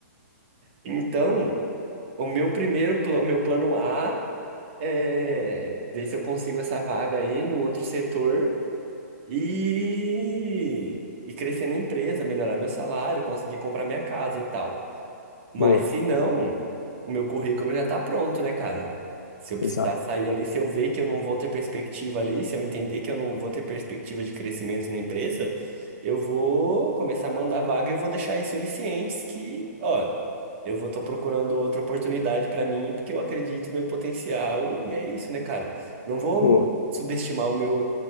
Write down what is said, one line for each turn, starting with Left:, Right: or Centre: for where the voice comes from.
Right: Então, o meu primeiro plano, o meu plano A é ver se eu consigo essa vaga aí no outro setor e, e crescer na empresa, melhorar meu salário, conseguir comprar minha casa e tal. Mas
Left: Boa,
Right: se não, o meu currículo já tá pronto, né, cara? Se eu precisar
Left: exato.
Right: sair ali, se eu ver que eu não vou ter perspectiva ali, se eu entender que eu não vou ter perspectiva de crescimento na empresa, eu vou começar a mandar vaga e eu vou deixar isso eles cientes que, ó, eu vou estar procurando outra oportunidade pra mim porque eu acredito no meu potencial e é isso, né, cara? Não vou
Left: Boa,
Right: subestimar o meu,